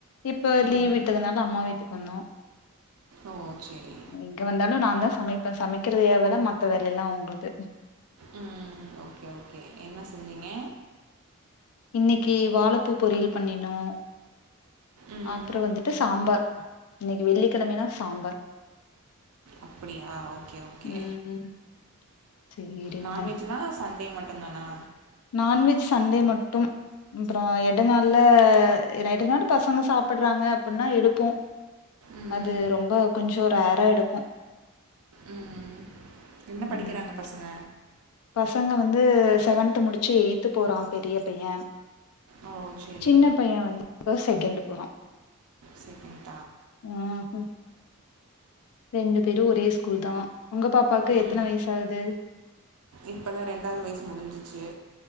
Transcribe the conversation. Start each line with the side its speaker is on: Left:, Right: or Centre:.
Left: இப்ப
Right: ம்
Left: லீவ் விட்டதுனால அம்மா வீட்டுக்கு வந்தோ
Right: ஓ சேரி
Left: இங்க வந்தாலு நான்தா சமைப்பே சமைக்றது ஏ வேல மத்த வேலயல்லா அவ்ங்ள்து
Right: ம் ஓகே ஓகே என்ன செஞ்சீங்க
Left: இன்னிக்கி வாழப்பூ பொரியல் பண்ணினோ
Right: ம்
Left: அப்றோ வந்துட்டு சாம்பார் இன்னிக்கி வெள்ளிக்கிழமனா சாம்பார்
Right: அப்டியா ஓகே ஓகே
Left: ம் சேரிங்க
Right: நான்வெஜ்லா சண்டே மட்டுதானா
Left: நான்வெஜ் சன்டே மட்டும் அப்றோ எட நாள்ல நைட்டுனாலோ பசங்க சாப்புட்றாங்க அப்டீன்னா எடுப்போ
Right: ம்
Left: அது ரொம்போ கொஞ்சோ ரேர்ரா எடுப்போ
Right: ம் என்ன படிக்குறாங்க
Left: ம்
Right: பசங்க
Left: பசங்க வந்து செவன்த்து முடிச்சு எய்த்து போறா பெரிய பையே
Right: ஓ சேரி
Left: சின்ன பைய வந்து இப்பதா செகண்டு போறா
Right: செரிங்க
Left: ம் ஹு ரெண்டு பேரு ஒரே ஸ்கூல் தா உங்க பாப்பாக்கு
Right: ம்
Left: எத்தன வயச ஆகுது
Right: இப்பதா ரெண்டாவது வயசு முடிஞ்சுச்சு